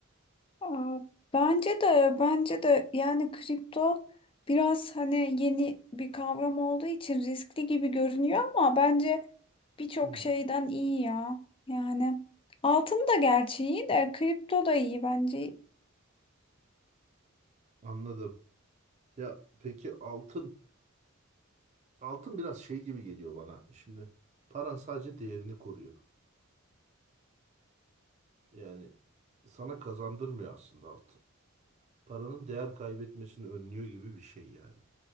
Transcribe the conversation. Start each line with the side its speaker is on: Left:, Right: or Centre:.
Left: Aa, bence de bence de yani kripto biraz hani yeni bir kavram olduğu için riskli gibi görünüyor ama bence birçok
Right: Hmm,
Left: şeyden iyi ya. Yani altın da gerçi iyi de kripto da iyi bence.
Right: anladım. Ya peki altın? Altın biraz şey gibi geliyor bana. Şimdi paran sadece değerini koruyor. Yani sana kazandırmıyor aslında altın. Paranın değer kaybetmesini önlüyor gibi bir şey yani.